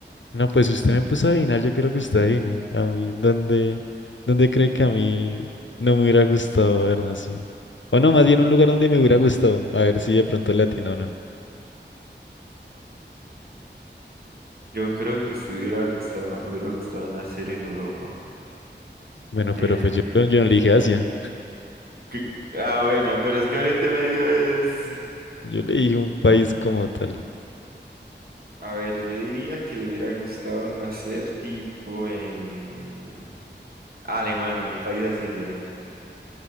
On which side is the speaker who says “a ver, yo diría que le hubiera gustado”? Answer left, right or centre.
Right